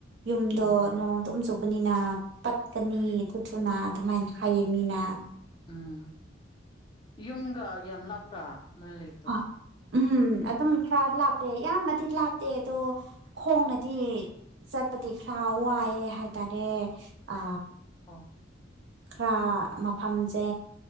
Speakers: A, on the right (about 65°); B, on the left (about 25°).
A: ꯌꯨꯝꯗꯣ
B: ꯎꯝ
A: ꯅꯣꯡꯗꯣ ꯆ ꯅꯤꯅ ꯄꯠꯀꯅꯤ ꯑꯗꯨ ꯊꯨꯅ ꯑꯗꯨꯃꯥꯏꯅ ꯍꯥꯏꯌꯦ ꯃꯤꯅ
B: ꯎꯝ ꯌꯨꯝꯒ ꯌꯥꯝ ꯅꯥꯞꯄ꯭ꯔꯥ ꯅꯣꯏꯅ ꯂꯩꯕꯗꯣ
A: ꯍꯣꯏ ꯎꯝ ꯑꯗꯨꯝ ꯈꯔ ꯂꯥꯞꯄꯦ ꯏꯌꯥꯝꯕꯗꯤ ꯂꯥꯞꯇꯦ ꯑꯗꯣ ꯈꯣꯡꯅꯗꯤ ꯆꯠꯄꯗꯤ ꯈꯔ ꯋꯥꯏꯑꯦ ꯍꯥꯏꯇꯥꯔꯦ ꯑ
B: ꯑ
A: ꯈꯔ ꯃꯐꯝꯁꯦ